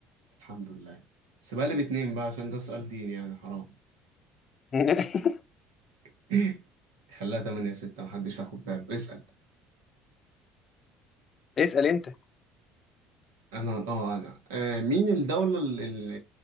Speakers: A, on the right (about 85°); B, on the left (about 45°).
A: الحمد لله بس بقى لي باتنين بقى عشان ده سؤال ديني يعني حرام
B: <laughs>
A: <laughs> خليها تمانية ستة محدش هياخد باله اسأل
B: اسأل أنت
A: انا اه انا آه مين الدولة ال- ال-